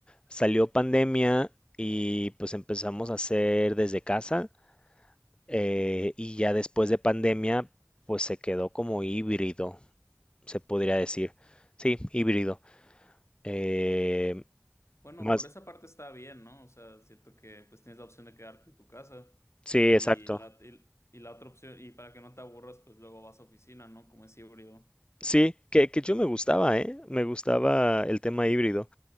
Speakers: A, on the left; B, on the left.
A: Salió pandemia y pues empezamos a hacer desde casa eh, y ya después de pandemia pues se quedó como híbrido, se podría decir. Sí, híbrido. Eh,
B: Bueno,
A: más,
B: por esa parte está bien, ¿no? O sea, siento que pues tienes la opción de quedarte en tu casa
A: sí,
B: y
A: exacto.
B: la, y, y la otra opción, y para que no te aburras, pues luego vas a oficina, ¿no? Como es híbrido.
A: Sí, que, que yo me gustaba, ¿eh? Me gustaba el tema híbrido